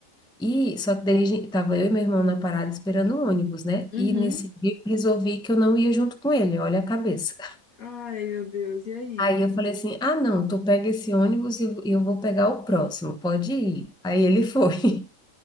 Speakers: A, in the centre; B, on the left (about 85°).
A: E só que daí a gente- tava eu e meu irmão na parada esperando o ônibus, né?
B: Uhum.
A: E nesse dia eu resolvi que eu não ia junto com ele, olha a cabeça.
B: Ai, meu Deus, e aí?
A: Aí eu falei assim: ah, não, tu pega esse ônibus e eu e eu vou pegar o próximo, pode ir. Aí ele <laughs> foi.